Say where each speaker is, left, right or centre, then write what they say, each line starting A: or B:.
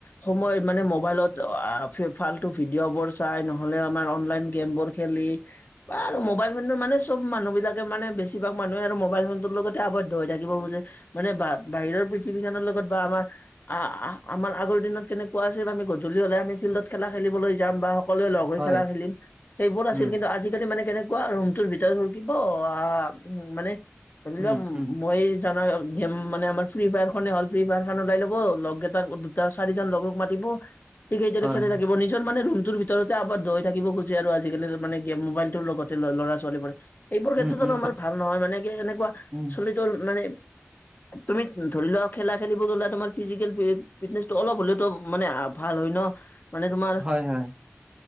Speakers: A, on the left; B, on the right.
A: সময় মানে, মোবাইলত <unintelligible> ফালটো ভিডিঅবোৰ চাই, নহ'লে আমাৰ, অনলাইন গেমবোৰ খেলি। বা আৰু মোবাইল ফোনৰ মানে, চব মানুহবিলাকে মানে, বেছিভাগ মানুহে আৰু মোবাইল ফোনটোৰ লগতে আৱদ্ধ হৈ থাকিব বুজে, মানে বা বাহিৰৰ পৃথিৱীখনৰ লগত বা আমাৰ আঁ-আঁ আমাৰ আগৰ দিনত কেনেকুৱা আছিল, আমি গধূলি হ'লে, আমি ফিল্ডত খেলা খেলিবলৈ যাম বা সকলোৱে লগ হৈ
B: হয়,
A: খেলা খেলিম, সেইবোৰ নাছিল।
B: উম,
A: কিন্তু, আজিকালি মানে কেনেকুৱা! ৰুমটোৰ ভি <unintelligible> আঁ মানে, ধৰি
B: উম,
A: লোৱা
B: উম,
A: মই, জানা? মানে, আমাৰ ফ্ৰী -ফায়াৰ খনে হ'ল। ফ্ৰী- ফায়াৰ খন ওলাই ল'ব, লগকেইটাৰ দুটা চাৰিজন লগক মাতিব সেই কেইজনে
B: হয়,
A: খেলে থাকিব নি- পিছত মানে ৰুমটোৰ ভিতৰতে আবদ্ধ হৈ থাকিব খোজে আৰু আজিকালি মানে মোবাইলটোৰ লগতে ল'ৰা ছোৱালীবোৰে, এইবোৰ ক্ষেত্ৰত
B: উম, উম,
A: আৰু আমাৰ ভাল নহয়, মানে কি এনেকুৱা
B: উম,
A: চলিতৰ মানে- তুমি ধৰি লোৱা খেলা খেলিব গ'লে তোমাৰ ফিজিকেল- ফিটনেচটো অলপ হলেওতো মানে ভাল হয় ন? মানে তোমাৰ-
B: হয়, হয়,